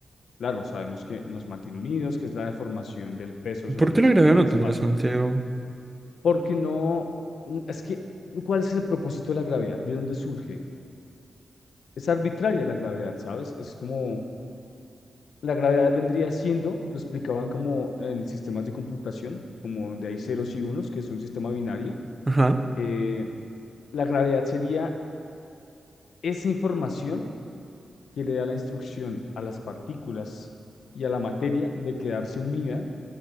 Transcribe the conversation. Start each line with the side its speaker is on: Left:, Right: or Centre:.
Left: claro, sabemos que nos mantiene unidos, que es la deformación del peso sobre
Right: ¿Por qué
Left: el es-
Right: la gravedad
Left: del
Right: no
Left: espacio,
Right: tendría sentido?
Left: porque no, mm, es que, ¿cuál es el propósito de la gravedad? ¿De dónde surge? Es arbitraria la gravedad, ¿sabes? Es como La gravedad vendría siendo, lo explicaban como en sistemas de computación, como donde hay ceros y unos, que es un sistema binario.
Right: Ajá,
Left: eh, la gravedad sería esa información que le da la instrucción a las partículas y a la materia de quedarse unida